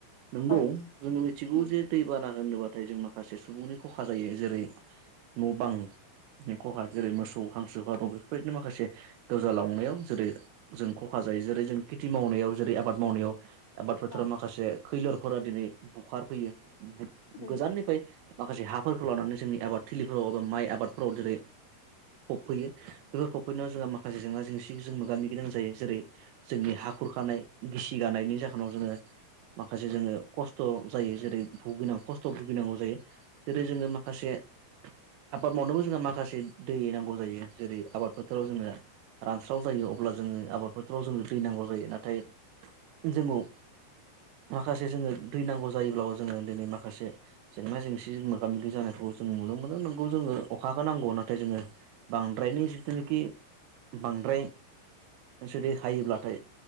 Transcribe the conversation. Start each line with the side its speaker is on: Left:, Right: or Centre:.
Right: नंगौ
Left: औ
Right: जोङो मिथिगौ
Left: औ
Right: जे दैबाना होनोबा थाय जों माखासे सुबुंनि खहा जायो। जेरै न' बांनि खहा जेरै मोसौ हांसो फारौ बेफोरबायदि माखासे गोजालांनायाव जेरै जों खखा जायो जेरै जों खेथि मावनाय याव जेरै आबाद मावनायाव आबाद फोथाराव
Left: औ
Right: माखासे खैलोरफोरा दिनै बुखार फैयो
Left: जोंनियाव
Right: गोजाननिफ्राय माखासे हाफ फोरखौ लानानै जोंनि आबाद थिलिफोराव एबा माइ आबादफोराव जेरै फबफैयो बेफोर फबफैनायाव जोंहा माखासे जेंना जेंसिजों मोग मोगिनां जायो। जेरै जोंनि हाखुरखानाय गिसि गानायनि जाहोनाव जोङो माखासे जोङो खस्थ' जायो जेरै भुगिनां खस्थ' भुगिनांगौ जायो। जेरै जोङो माखासे आबाद मावनांगौ जोंहा माखासे दै नांगौ जायो जेरै आबाद फोथाराव जोंनो रानस्राव जायो अब्ला जोङो आबाद फोथोराव जों दै नांगौ जायो। नाथाय जोङोव माखासे जोङो दै नांगौ जायोब्लाबो जोङो दिनै माखासे जेंना जेंसि मोगा मोगि जानायखौ जोङो नुनो मोनो नंगौ जोङो अखाखौ नांगौ नाथ थाय जोङो बांद्रायनि जिथुनुकि बांद्राय जुदि हायोब्लाथाय